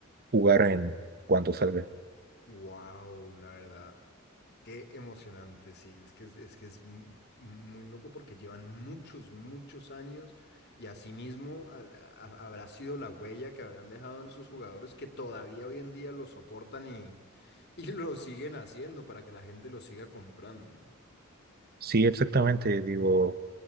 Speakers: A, on the right (about 50°); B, on the left (about 55°).
A: jugar en cuanto salga.
B: wow, la verdad, qué emocionante, sí, es que es, es que es mu- muy loco porque llevan muchos, muchos años y asimismo al- a- habrá sido la huella que habrán dejado en sus jugadores que todavía hoy en día lo soportan y, <laughs> y lo siguen haciendo para que la gente lo siga comprando.
A: Sí, exactamente. Digo,